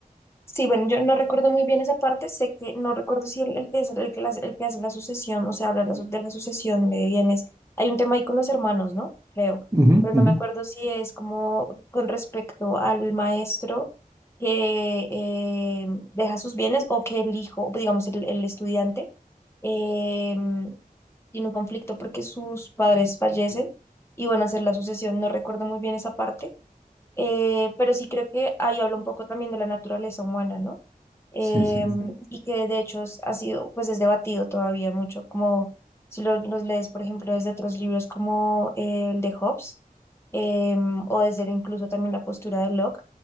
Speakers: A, on the left (about 15°); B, on the right (about 20°).
A: Sí, bueno, yo no recuerdo muy bien esa parte, sé que no recuerdo si el, el que es el que, las- el que hace la sucesión, o sea, habla de la, su- de la sucesión de bienes. Hay un tema ahí con los hermanos, ¿no? Creo,
B: Ujú,
A: pero no
B: ujú.
A: me acuerdo si es como con respecto al maestro que eh, deja sus bienes o que el hijo, digamos, el, el estudiante, eh, tiene un conflicto porque sus padres fallecen y van a hacer la sucesión. No recuerdo muy bien esa parte, eh, pero sí creo que ahí habla un poco también de la naturaleza humana, ¿no? em,
B: Sí, sí.
A: y que de hecho es- ha sido, pues es debatido todavía mucho, como si lo- los lees, por ejemplo, desde otros libros como eh, el de Hobbes, em, o desde incluso también la postura de Locke,